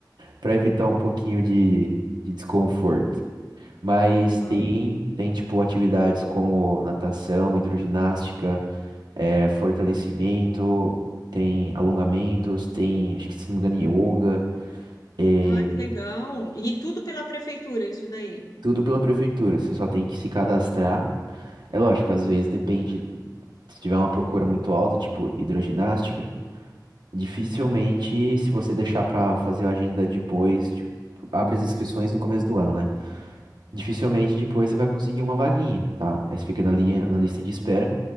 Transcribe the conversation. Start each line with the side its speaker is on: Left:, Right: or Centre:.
Right: para evitar um pouquinho de, de desconforto. Mas
Left: Aham.
Right: tem, tem tipo atividades como natação, hidroginástica, eh, fortalecimento, tem alongamentos, tem, acho que se não me engano, yoga, eh,
Left: Ah, que legal. E tudo pela prefeitura, isso daí.
Right: tudo pela prefeitura. Você só tem que se cadastrar. É lógico, às vezes depende. Se tiver uma procura muito alta, tipo hidroginástica, dificilmente, se você deixar pra fazer a agenda depois, tipo, abre as inscrições no começo do ano, né? Dificilmente depois você vai conseguir uma vaguinha, tá? Aí você fica na linha, na lista de espera.